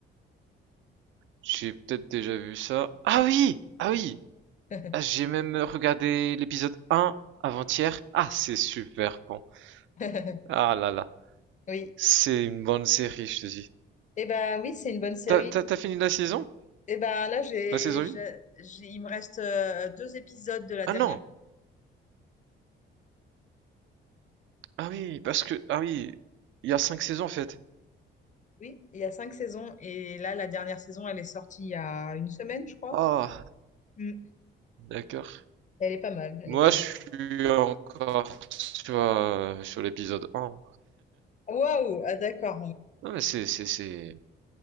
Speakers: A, on the right; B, on the left.
A: J'ai peut-être déjà vu ça. Ah oui! Ah oui!
B: vois.
A: Ah, J'ai même regardé l'épisode un avant-hier. Ah, c'est super bon.
B: <laughs>
A: Ah là là.
B: Oui.
A: C'est une bonne série, je te dis.
B: Eh ben oui, c'est une bonne série.
A: T'as, t'as, t'as fini la saison?
B: Eh ben là, j'ai,
A: La saison
B: j'ai-
A: 1?
B: j'ai- il me reste euh, deux épisodes de la
A: Ah
B: dernière.
A: non! Ah oui, parce que... Ah oui, il y a cinq saisons en fait.
B: Oui, il y a cinq saisons et là, la dernière saison, elle est sortie il y a une semaine, je crois.
A: Ah,
B: Mm.
A: d'accord.
B: Elle est pas mal, elle
A: Moi,
B: est pas
A: je
B: mal.
A: suis encore sur, euh, sur l'épisode un.
B: Ah, Waouh, ah d'accord.
A: Non mais c'est, c'est, c'est...